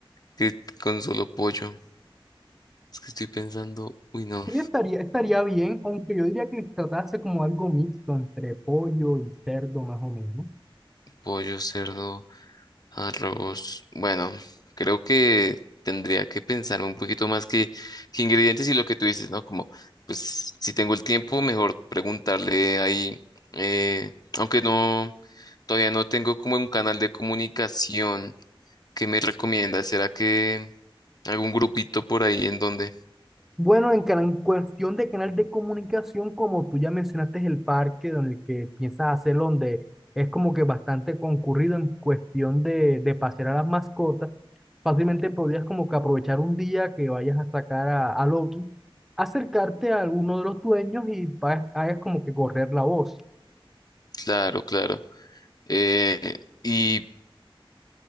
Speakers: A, on the left; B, in the centre.
A: que con solo pollo. Es que estoy pensando, uy no,
B: Sí, estaría, estaría bien, aunque yo diría que tratase como algo mixto entre pollo y cerdo más o menos.
A: pollo, cerdo, arroz. Bueno, creo que tendría que pensar un poquito más que, que ingredientes y lo que tú dices, ¿no? Como, pues, si tengo el tiempo, mejor preguntarle ahí, eh, aunque no. Todavía no tengo como un canal de comunicación ¿Qué me recomiendas? ¿Será que algún grupito por ahí en donde?
B: Bueno, en, cana- en cuestión de canal de comunicación, como tú ya mencionaste, el parque donde el que piensas hacerlo, donde es como que bastante concurrido en cuestión de, de pasear a las mascotas, fácilmente podrías como que aprovechar un día que vayas a sacar a, a Loki, acercarte a alguno de los dueños y pa- hagas como que correr la voz.
A: Claro, claro. Eh, y